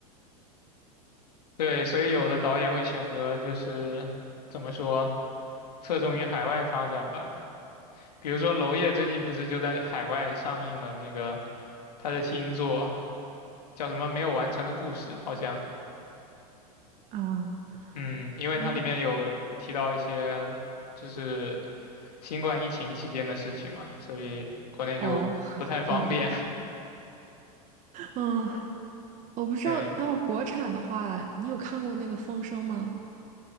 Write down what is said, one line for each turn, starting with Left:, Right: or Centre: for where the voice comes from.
Left: 对，所以有的导演会选择就是怎么说，侧重于海外发展吧。比如说娄烨最近不是就在海外上映了那个他的新作，叫什么《没有完成的故事》，好像。
Right: 啊，
Left: 嗯，因为它里面有提到一些就是
Right: 嗯，
Left: 新冠疫情期间的事情嘛，所以国内就不太方便。
Right: 哦，<laughs> 怪不得，嗯，
Left: <laughs>
Right: 我不知道，
Left: 对。
Right: 哦，国产的话，你有看过那个《风声》吗？